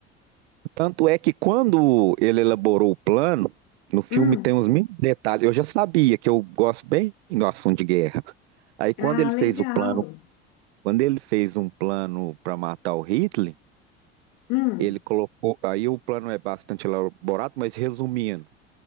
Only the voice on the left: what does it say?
hum.
Ah,
legal.
Hum.